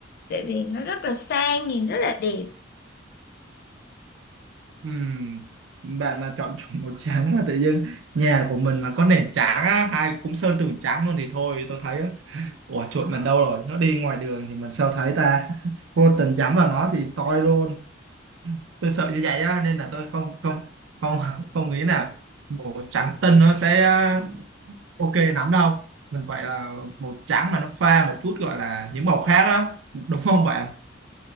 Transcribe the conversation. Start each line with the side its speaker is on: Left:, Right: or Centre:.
Left: tại vì nó rất là sang nhìn rất là đẹp
Right: Ừm, Bạn mà chọn chủ màu trắng mà tự dưng nhà của mình mà có nền trắng á, hay cũng sơn tường trắng luôn thì thôi tôi thấy á, ủa chuột mình đâu rồi nó đi ngoài đường thì mình sao thấy ta <laughs> vô tình nhắm vào nó thì toi luôn tôi sợ như vậy á nên là tôi không không không <laughs> không nghĩ nào màu trắng tinh nó sẽ ờ, ok lắm đâu mình phải là màu trắng mà nó pha một chút gọi là những màu khác á đúng không bạn